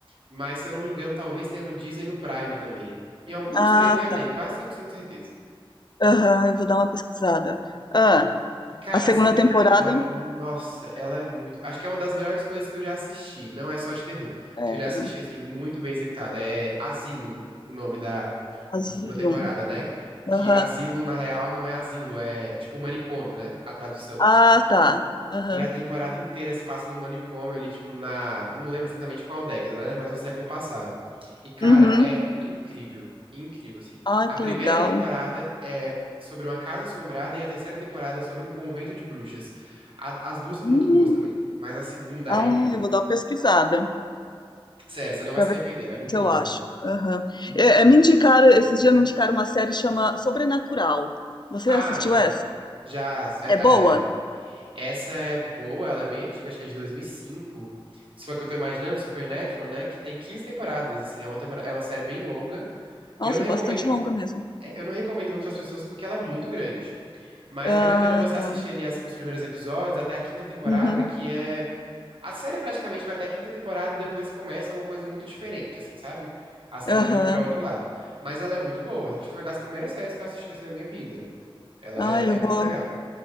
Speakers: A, on the right; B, on the left.
A: mas se eu não me engano, talvez tenha no Disney e no Prime também. Em algum dos
B: Ah,
A: três vai ter,
B: tá.
A: quase cem por cento de certeza.
B: Aham, eu vou dar uma pesquisada. Ah,
A: E, cara,
B: a segunda
A: a segunda
B: temporada
A: temporada, nossa, ela é muito. Acho que é uma das melhores coisas que eu já assisti. Não é só de terror,
B: era
A: que eu já assisti, assim, muito bem executada. É Asylum, o nome da,
B: Asylum.
A: da segunda temporada, né? Que
B: Aham.
A: Asylum, na real, não é asilo, é tipo manicômio, né? A tradução.
B: Ah, tá. Aham.
A: E a temporada inteira se passa no manicômio ali, tipo, na. Não lembro exatamente qual década, né? Mas no século passado. E, cara,
B: Uhum.
A: é incrível. Incrível, assim.
B: Ah,
A: A
B: que
A: primeira
B: legal.
A: temporada é sobre uma casa assombrada e a terceira temporada é sobre um convento de bruxas. A- As duas são
B: Hum.
A: muito boas também. Mas a segunda
B: Ah,
A: é incrível.
B: eu vou dar uma pesquisada
A: Sério, você não vai
B: pra
A: se
B: ver
A: arrepender. É muito
B: se eu
A: boa.
B: acho. Aham. É, é, me indicaram, esses dias me indicaram uma série que chama Sobrenatural. Você
A: Ah,
B: assistiu
A: já
B: essa?
A: vi. Já. é
B: É boa?
A: é, Essa é boa, ela é bem antiga, acho que é de 2005. Se for a que eu tô imaginando, Supernatural, né? Que tem 15 temporadas, assim, é uma temporada, é uma série bem longa.
B: Nossa,
A: Eu não recomendo,
B: é bastante longa mesmo.
A: é, eu não recomendo muito pras pessoas porque ela é muito grande. Mas
B: Ah,
A: vale a pena você
B: tá.
A: assistir ali as- os primeiros episódios até a quinta temporada,
B: Uhum.
A: que é a série praticamente vai até a quinta temporada e depois começa uma coisa muito diferente, assim, sabe? A série
B: Aham.
A: evolui para outro lado. Mas ela é muito boa. Acho que foi uma das primeiras séries que eu assisti assim na minha vida. Ela
B: Ah,
A: é,
B: eu
A: é muito
B: vou,
A: legal.